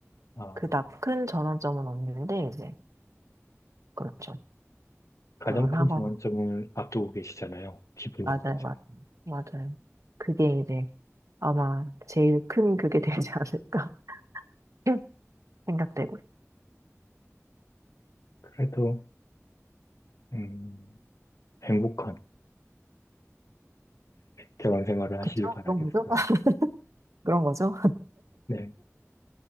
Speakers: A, on the left; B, on the right.
A: 아,
B: 그닥 큰 전환점은 없는데 이제 그렇죠.
A: 가장
B: 결혼하고
A: 큰 전환점을 앞두고 계시잖아요. 기분이
B: 맞아요,
A: 어떠세요?
B: 맞아요, 맞아요. 그게 이제 아마 제일 큰 그게 되지 않을까 <laughs> 생각되고.
A: 그래도, 음, 행복한 대원 생활을 하시길
B: 그쵸?
A: 바라겠어요.
B: 그런 거죠? <laughs> 그런 거죠?
A: 네.